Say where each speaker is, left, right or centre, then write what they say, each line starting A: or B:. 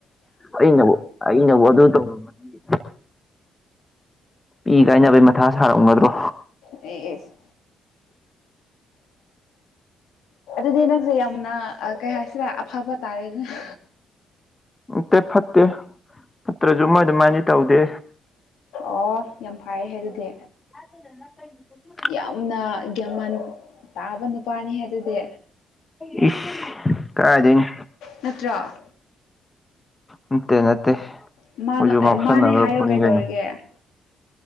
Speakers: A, on the left; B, on the left.
A: ꯑꯩꯅ ꯑꯩꯅꯕꯨ ꯑꯗꯨ ꯇꯧꯔꯝꯃꯗꯤ ꯄꯤ ꯀꯥꯏꯅꯕꯩ ꯃꯊꯥ ꯁꯥꯔꯝꯒꯗ꯭ꯔꯣ
B: ꯏꯁ ꯑꯗꯨꯗꯤ ꯅꯪꯁꯦ ꯌꯥꯝꯅ ꯀꯩ ꯍꯥꯏꯁꯤꯔ ꯑꯐꯕ ꯇꯥꯔꯦ ꯑꯗꯨꯅ
A: ꯎꯠꯇꯦ ꯐꯠꯇꯦ ꯐꯠꯇ꯭ꯔꯁꯨ ꯃꯣꯏ ꯑꯗꯨꯃꯥꯏꯗꯤ ꯇꯧꯗꯦ
B: ꯑꯣ ꯌꯥꯝ ꯐꯔꯦ ꯑꯗꯨꯗꯤ
A: ꯀꯩ
B: ꯌꯥꯝꯅ ꯒ꯭ꯌꯥꯃꯟ ꯇꯥꯕ ꯅꯨꯄꯥꯅꯤ ꯑꯗꯨꯗꯤ
A: ꯏꯁ ꯀꯥꯏꯗꯩꯅꯣ
B: ꯅꯠꯇ꯭ꯔꯣ
A: ꯅꯠꯇꯦ ꯅꯠꯇꯦ ꯑꯩꯈꯣꯏꯁꯨ
B: ꯃꯥꯅ ꯑꯦ
A: ꯉꯥꯎꯁꯟꯅꯈ꯭ꯔꯕꯅꯤ
B: ꯃꯥꯅꯦ ꯍꯥꯏꯌꯣ ꯀꯩꯗꯧꯔꯤꯒꯦ
A: ꯀꯩꯅꯣ